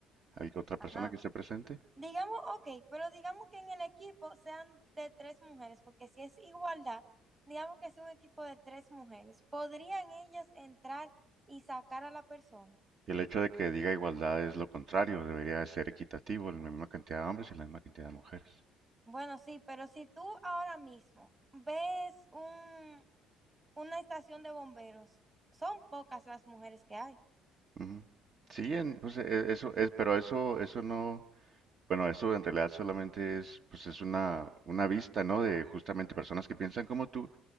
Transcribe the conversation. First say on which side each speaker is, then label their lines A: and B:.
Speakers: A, on the right; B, on the right.
A: hay otra persona
B: Ajá.
A: que esté presente.
B: Digamos, ok, pero digamos que en el equipo sean de tres mujeres, porque si es igualdad, digamos que es un equipo de tres mujeres, ¿podrían ellas entrar y sacar a la persona?
A: Y el hecho de que diga igualdad es lo contrario, debería de ser equitativo, la misma cantidad de hombres y la misma cantidad de mujeres.
B: Bueno, sí, pero si tú ahora mismo ves un, una estación de bomberos, son pocas las mujeres que hay.
A: Ujú. Sí, en- pues, e- eso es, pero eso, eso no, bueno, eso en realidad solamente es, pues es una, una vista, ¿no? De justamente personas que piensan como tú,